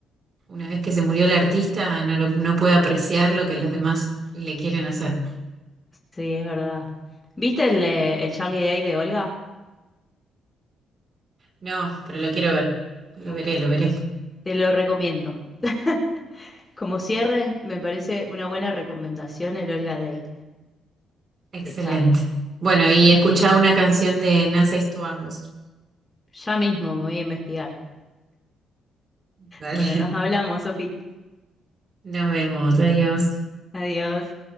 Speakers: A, on the right (about 45°); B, on the left (about 20°).
A: una vez que se murió el artista no, lo- no puede apreciar lo que los demás le quieren hacer.
B: Sí, es verdad. ¿Viste el, eh, el Charlie Day de Olga?
A: No, pero lo quiero ver, lo
B: Bueno,
A: veré, lo veré.
B: te lo recomiendo. <laughs> Como cierre, me parece una buena recomendación el Olga Day
A: Excelente.
B: de Charlie.
A: Bueno, y escuchá una canción de Nasa Istuamos.
B: Ya mismo me voy a investigar.
A: Dale,
B: Bueno, nos hablamos, Sofi.
A: <laughs> nos vemos, adiós.
B: Adiós.